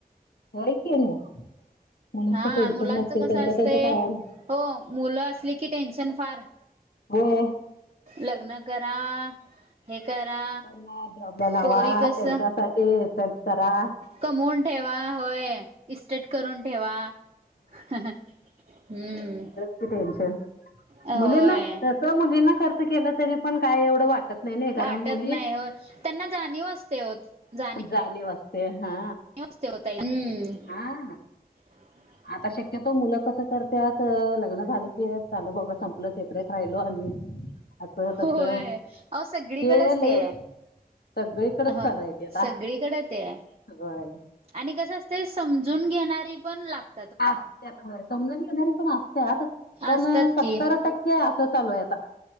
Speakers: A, on the left; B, on the right.
A: व्हय की त्यांच
B: हा
A: टेन्शन
B: मुलांच
A: नसते
B: कसं
A: त्यांच्या
B: असते
A: त्यांच्या पायावर
B: हो मुलं असले की टेन्शन फार
A: होय.
B: लग्न करा अ हे करा
A: त्यांना जॉबला लावा
B: पोरी कस
A: त्यांच्यासाठी इस्टेट करा.
B: कमवून ठेवा होय इस्टेट करून ठेवा हम्म.
A: टे्शन
B: होय
A: मुलींना तस मुलींना खर्च केलं तरी पण काय एवढं वाटत नाही. नाही नाही
B: वाटत
A: दहा मु
B: नाही हो त्यांना जाणीव असते हो जाणीव.
A: जाणीव असते हा
B: जाणीव असते हो ताई हम्म
A: हां
B: ह <inaudible>
A: आता शक्यतो मुलं कसं करत्यात लग्न झालं की चाल बाबा संपलं सेपरेट राहिलो आम्ही असं
B: होय
A: तसं
B: अहो सगळीकडेच
A: ते लय.
B: आहे
A: सगळीकडच
B: अ
A: चालू आहे आता
B: सगळीकडे ते आहे
A: बर
B: आणि कसं असते समजून घेणारी पण लागत
A: त समजून घेणारे पण असतत पण
B: असतात
A: सत्तर
B: की
A: टक्के असं चालू आहे आता.